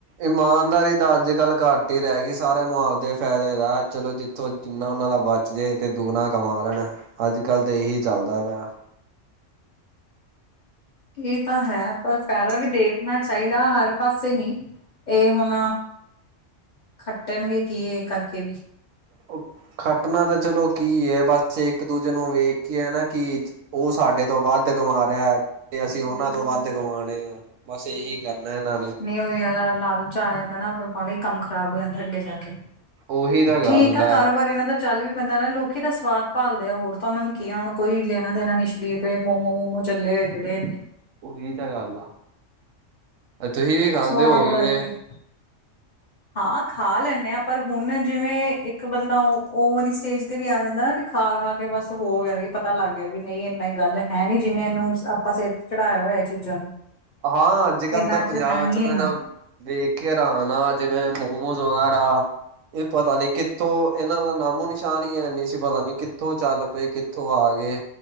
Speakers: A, on the right (about 80°); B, on the left (about 55°).
A: ਇਮਾਨਦਾਰੀ ਤਾਂ ਅੱਜਕੱਲ ਘੱਟ ਹੀ ਰਹਿ ਗਈ ਸਾਰਿਆਂ ਨੂੰ ਆਪਦੇ ਫਾਇਦੇ ਦਾ ਚਲੋ ਜ ਇਥੋਂ ਜਿੰਨਾ ਉਹਨਾਂ ਦਾ ਬਚ ਜੇ ਤੇ ਦੁਗਣਾ ਕਮਾ ਲੈਣ ਅੱਜਕੱਲ੍ਹ ਤਾਂ ਇਹੀ ਚੱਲਦਾ ਪਿਆ।
B: ਇਹ ਤਾਂ ਹੈ ਪਰ ਫਾਇਦਾ ਵੀ ਦੇਖਣਾ ਚਾਹੀਦਾ ਹਰ ਪਾਸੇ ਨੀ। ਇਹ ਹੁਣ, ਖੱਟਣਗੇ ਕੀ ਇਹ ਕਰਕੇ ਵੀ।
A: ਉਹ ਖੱਟਨਾ ਤਾਂ ਚਲੋ ਕੀ ਹੈ ਬਸ ਇੱਕ-ਦੂਜੇ ਨੂੰ ਵੇਖ ਕੇ ਐ ਨਾ ਕਿ ਉਹ ਸਾਡੇ ਤੋਂ ਵੱਧ ਕਮਾ ਰਿਹਾ ਤੇ ਅਸੀਂ ਉਹਨਾਂ ਤੋਂ ਵੱਧ ਕਮਾਣੇ ਆ ਬਸ ਇਹੀ ਜਰਨਾ ਨਾ।
B: ਨਹੀਂ ਉਹ ਜਿਆਦਾ ਲਾਲਚ ਆ ਜਾਂਦਾ ਨਾ ਫਿਰ ਬਾਲਾ ਈ ਕੰਮ ਖ਼ਰਾਬ ਹੋ ਜਾਂਦਾ ਅੱਗੇ ਜਾ ਕੇ।
A: ਉਹੀ ਤਾਂ ਗੱਲ
B: ਠੀਕ ਆ,
A: ਹੈ
B: ਕਾਰੋਬਾਰ ਇਹਨਾਂ ਦਾ ਚੱਲ ਵੀ ਪੈਂਦਾ ਨਾ ਲੋਕੀ ਦਾ ਸਵਾਦ ਭਾਲਦੇ ਆ ਹੋਰ ਤਾਂ ਉਹਨਾਂ ਨੂੰ ਕੀ ਆ ਹੁਣ ਕੋਈ ਲੈਣਾ ਦੇਣਾ ਨੀ ਸਰੀਰ ਤੇ ਮੋਮੋ ਮੋਮੂ ਚੱਲੇ ਹੋਏ ਜਿਹੜੇ ਇਹਨੇ।
A: ਉਹੀ ਤਾਂ ਗੱਲ ਆ। ਤੁਸੀਂ ਵੀ ਖਾਂਦੇ
B: ਸਵਾਦ
A: ਹੋਵੇਗੇ।
B: ਕਰਕੇ ਹਾਂ ਖਾ ਲੈਂਨੇ ਆ। ਪਰ ਹੁਣ ਜਿਵੇਂ ਇੱਕ ਬੰਦਾ ਉਹ ਉਹ ਵਾਲੀ ਸਟੇਜ ਤੇ ਵੀ ਆ ਜਾਂਦਾ ਨਾ ਵੀ ਖਾ-ਖਾ ਕੇ ਬਸ ਹੋ ਗਿਆ ਕਿ ਪਤਾ ਲੱਗ ਗਿਆ ਵੀ ਨਹੀਂ ਇੰਨਾ ਹੀ ਗੱਲ ਹੈ ਨੀ ਜਿਹਨੇ ਇਹਨੂੰ ਆਪਾਂ ਸਿਰ ਤੇ ਚੜ੍ਹਾਇਆ ਹੋਇਆ ਇਹ ਚੀਜ਼ਾਂ ਨੂੰ।
A: ਹਾਂ ਅੱਜਕੱਲ੍ਹ
B: ਇਹਨਾਂ
A: ਤਾਂ ਪੰਜਾਬ
B: ਹੈ ਨੀ
A: 'ਚ
B: ਇੰਨਾ
A: ਮੈਂ ਤਾਂ ਵੇਖ ਕੇ ਹਰਾਨ ਆ ਜਿਵੇਂ ਮੋਮੋਸ ਵਗੈਰਾ, ਇਹ ਪਤਾ ਨੀ ਕਿ ਕਿੱਥੋ ਇਹਨਾਂ ਦਾ ਨਾਮੋ ਨਿਸ਼ਾਨ ਈ ਹੈਨੀ ਸੀ, ਪਤਾ ਨੀ ਕਿੱਥੋਂ ਚੱਲ ਪਏ ਕਿੱਥੋਂ ਆ ਗੇ।